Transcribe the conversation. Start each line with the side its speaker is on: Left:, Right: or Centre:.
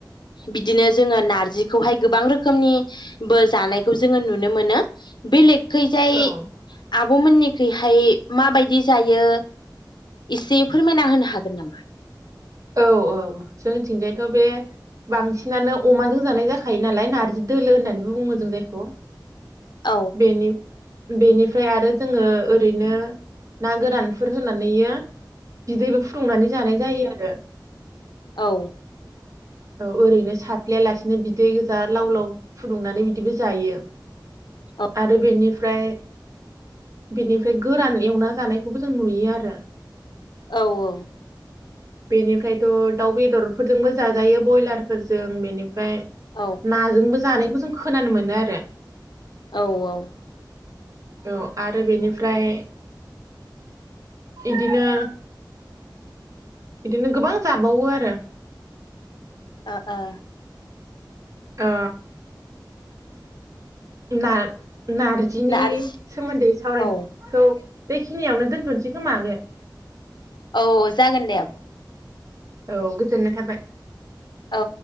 Left: बिदिनो जोङो नारजिखौहाय गोबां रोखोमनिबो जानायखौ जोङो नुनो मोनो बेलेग। खैजाय
Right: औ
Left: आ आब'मोननिखैहाय माबायदि जायो एसे फोरमायना होनो हागोन नामा।
Right: औ औ जोंनिथिंजाय थ' बे बांसिनानो अमाजों जानाय जाखायो नालाय नार्जि दोलो होननानैबो बुङो जों जायखौ
Left: औ
Right: बेनि बेनिफ्राय आरो जोङो ओरैनो ना गोरानफोर होनानै। बिदैबो फुदुंनानै जानाय जायो आरो। <inaudible>
Left: औ।
Right: औ ओरैनो साफ्लयालासिनो बिदै गोजा लाव लाव फुदुंनानै बिदिबो जायो।
Left: औ
Right: आरो बेनिफ्राय। बेनिफ्राय गोरान एवना जानायखौबो जों नुयो आरो।
Left: औ औ।
Right: बेनिफ्रायथ' दाउ बेदरफोरजोंबो जाजायो ब्रयलारफोरजों बेनि ओमफ्राय
Left: औ
Right: नाजोंबो। जानायखौ जों खोनानो मोनो आरो।
Left: औ औ।
Right: औ आरो बेनिफ्राय बिदिनो। बिदिनो गोबां जाबावो आरो।
Left: ओ ओ।
Right: ओ। ना नारजिनि
Left: ना आरो
Right: सोमोन्दै सावरायखौ।
Left: औ
Right: बेखिनियावनो दोनथ'सै खोमा आगै।
Left: औ जागोन दे आब'।
Right: औ गोजोननाय थाबाय।
Left: औ।